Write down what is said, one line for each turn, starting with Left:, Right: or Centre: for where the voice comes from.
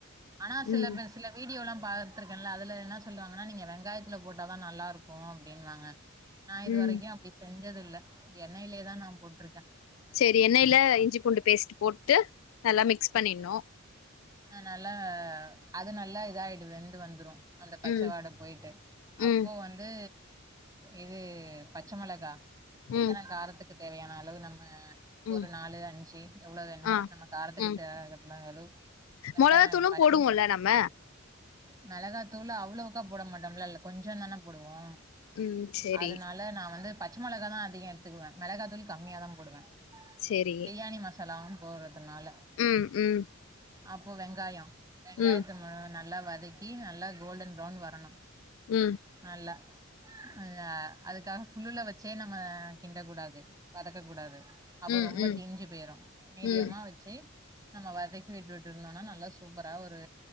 Right: ஆனா சில
Left: ம்
Right: பேர் சில வீடியோலா பாத்திருக்கேன்ல அதுல என்ன சொல்லுவாங்கன்னா நீங்க வெங்காயத்துல போட்டாதா நல்லா இருக்கு அப்டின்னுவாங்க நா இது
Left: ம்
Right: வரைக்கு அப்டி செஞ்சது இல்ல எண்ணெய்லயே தா நா போட்டிருக்கே
Left: செரி எண்ணெய்ல இஞ்சி பூண்டு பேஸ்ட் போட்டு நல்லா மிக்ஸ் பண்ணிடணு
Right: அனால்ல அது நல்லா இதாயிடு வெந்து வந்துரு அந்த பச்சவாட
Left: ம்
Right: போயிட்டு அப்போ
Left: ம்
Right: வந்து இது பச்ச மொளகா எத்தன
Left: ம்
Right: காரத்துக்கு தேவையான அளவு நம்ம
Left: ம்
Right: ஒரு நாலு அஞ்சு எவ்ளோ வேணுமோ
Left: ஆ
Right: நம்ம காரத்துக்கு
Left: ம்
Right: தேவ <unintelligible> அளவு வெங்காய
Left: மொளகாத்தூளு
Right: பச்சம்
Left: போடுவோல்ல நம்ம
Right: மெளகாத்தூள் அவ்ளோவுக்கா போட மாட்டோம்ல இல்ல கொஞ்ச தானே போடுவோ
Left: ம் செரி
Right: அதுனால நா வந்து பச்ச மொளக தா அதிக எடுத்துக்குவே மெளகா தூள் கம்மியாதா போடுவே
Left: செரி
Right: பிரியாணி மசாலவு போட்றதுனால
Left: ம் ம்
Right: அப்போ வெங்காயோ வெங்காயத்த
Left: ம்
Right: நல்லா வதக் கி நல்லா கோல்டன் ப்ரவுன் வரணு
Left: ம்
Right: நல்லா அ அ அதுக்காக ஃபுல்லுலே வச்சே நம்ம கிண்டக்கூடாது வதக்க கூடாது அப்ப
Left: ம்
Right: ரொம்ப
Left: ம்
Right: தீஞ்சு போயிரு மீடியமா
Left: ம்
Right: வச்சு நம்ம வதக்கி விட்டுட்டு இருந்தோனா நல்லா சூப்பரா ஒரு